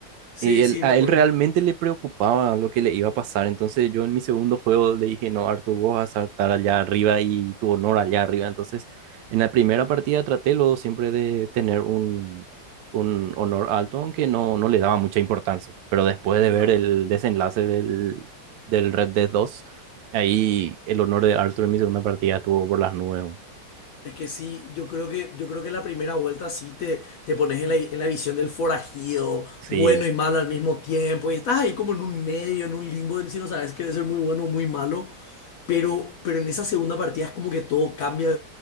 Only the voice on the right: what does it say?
Y él-
a
él realmente le preocupaba lo que le iba a pasar. Entonces yo en mi segundo juego le dije, no, Arthur, vos vas a saltar allá arriba y tu honor allá arriba. Entonces en la primera partida traté luego siempre de tener un, un honor alto, aunque no, no le daba mucha importancia. Pero después de
ver el desenlace del, del Red Dead dos ahí el honor de Arthur en mi segunda partida estuvo por las nubes.
Sí,